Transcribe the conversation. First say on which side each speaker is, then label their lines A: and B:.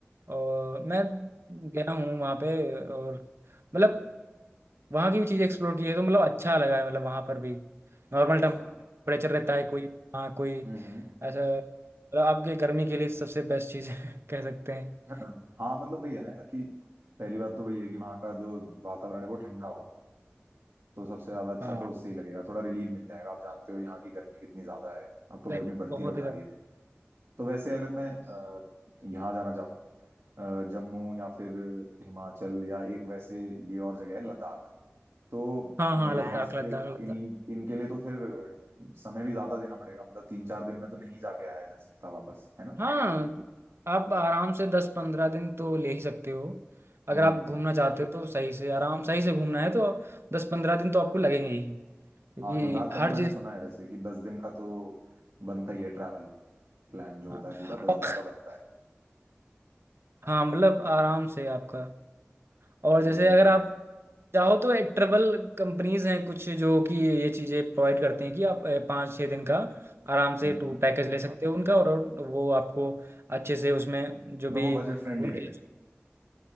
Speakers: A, on the right (about 65°); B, on the right (about 80°).
A: और मैं गया हूँ वहां पे और मतलब वहां की भी चीज़ एक्सप्लोर की है तो मतलब अच्छा लगा है मतलब वहां पर भी नॉर्मल टेम्परेचर
B: अच्छा
A: रहता है कोई हाँ कोई
B: हम्म
A: ऐसा मतलब आपके गर्मी के लिए सबसे बेस्ट चीज़ है <laughs> कह सकते हैं
B: हम्म हाँ मतलब वही है ना कि पहली बात तो वही है कि वहाँ का जो वातावरण है वो ठंडा हो तो सबसे ज्यादा अच्छा
A: हाँ
B: तो उससे ही लगेगा थोड़ा रिलीफ मिल जाएगा आप जानते हो यहाँ की गर्मी कितनी ज्यादा है अब तो
A: गर्मी
B: गर्मी बढ़ती
A: बहुत
B: और जा
A: ही गर्म
B: रही है दिन पे। तो वैसे अगर मैं अ, यहाँ जाना चाहूँ अ, जम्मू या फिर हिमाचल या एक वैसे ये और जगह है लद्दाख तो
A: हाँ हाँ
B: मेरे
A: लद्दाख
B: ख्याल से
A: लद्दाख लद्दाख
B: इन इनके लिए तो फिर समय भी ज्यादा देना पड़ेगा मतलब तीन चार दिन में तो नहीं जाके आया जा सकता वापस है ना
A: हाँ आप आराम से दस पंद्रह दिन तो ले ही सकते हो अगर
B: हम्म
A: आप घूमना चाहते हो तो सही से आराम सही से घूमना है तो दस पंद्रह दिन तो आपको लगेंगे ही क्योंकि
B: हाँ लद्दाख का
A: हर
B: तो मैंने
A: चीज़
B: सुना है वैसे कि दस दिन का तो बनता ही है ट्रैवल प्लान जो
A: हाँ
B: होता है पूरा दस
A: और-
B: दिन का बनता है
A: हाँ, मतलब आराम से आपका और जैसे
B: दस दिन
A: अगर
B: लग
A: आप
B: जाते
A: चाहो तो एक ट्रेवल कंपनीज हैं कुछ जो कि ये चीज़ें प्रोवाइड करती हैं कि आप अ, पाँच छः दिन का आराम
B: हैं
A: से
B: हम्म
A: टूर पैकेज ले सकते हो उनका और और वो आपको अच्छे से उसमें जो
B: मतलब
A: भी
B: वो बजट फ्रेंडली
A: उनके
B: रहेंगी